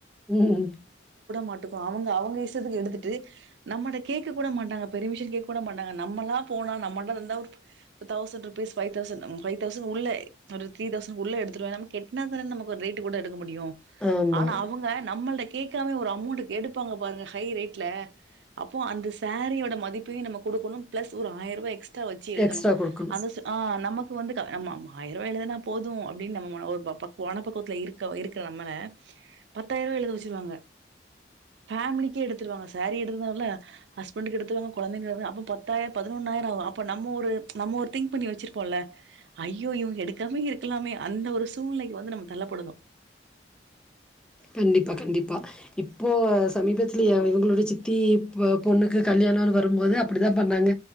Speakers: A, in the centre; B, on the right.
A: ம்
B: மாட்டுக்கோ அவுங்க அவுங்க இஷ்டத்துக்கு எடுத்துட்டு. நம்மட்ட கேக்க கூட மாட்டாங்க. பரிமிஷன் கேக்க கூட மாட்டாங்க. நம்மளா போனா. நம்மட்ட தந்தா ஒரு thousand rupees five thousand five thousand உள்ள ஒரு த்ரீ தவுசன் உள்ள எடுத்துருவ நம்ம கெட்னாதானே நமக்கு ஒரு ரேட்டு கூட எடுத் ஒரு முடியோ
A: ஆமா.
B: ஆனா அவுங்க நம்மள்ட்ட க்லமே ஒரு அமௌண்ட்டுக்கு எடுப்பாங்க பாருங்க ஹை ரேட்ல. அப்போ அந்த சாரீயோட மதிப்பையு நம்ம குடுக்கணு பிளஸ் ஒரு ஆயிர ரூவா எக்ஸ்ட் த்தா வச்சு எழுதணு
A: எக்ஸ்ட்ரா குடுக்கணும்.
B: அந்த்தஸ்ஸு ஆ நமக் வந்து க ஆமா ஆமா ஆயிர ரூவா எழுதனா போதும் அப்டின்னு நம <unintelligible> கோண பக்கத்து இருக்க இருக்கிற நம்ம பத்தாயிர ரூவா எழுத வச்சிருவாங்க ஃபேமிலிக்கே எடுத்துருவாங்க சாரீ எடுத்ததான்ல்ல ஹஸ்பண்டக்கு எடுத்துருவாங்க கொழந்தைங்களுக்கு <unintelligible> அப்ப பத்தாயிரோ பதினொன்னாயிரோ ஆகு, அப்ப நம்ம ஒரு ம்ச் நம்ம ஒரு திங்க் பண்ணி வச்சிருப்போம்ல ஐயோ இவங்க எடுக்காமே இருக்கலாமே அந்த ஒரு சூழ்நிலைக்கு வந்து நம்ம தள்ளப்படுதோ
A: கண்டிப்பா கண்டிப்பா இப்போ சமீபத்தில்ல இவங்களுடைய சித்திப் பொண்ணுக்கு கல்யாணம்னு வரும்போது அப்டிதான் பண்ணாங்க